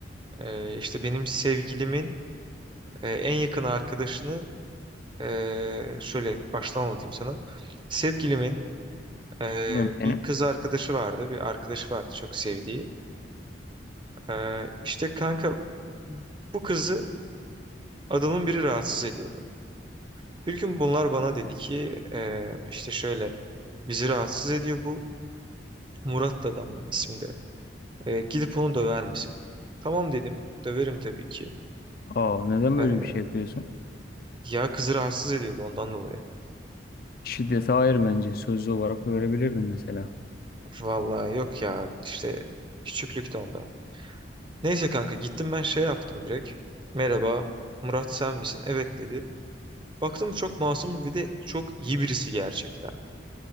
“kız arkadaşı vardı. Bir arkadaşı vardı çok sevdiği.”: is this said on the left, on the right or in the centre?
Right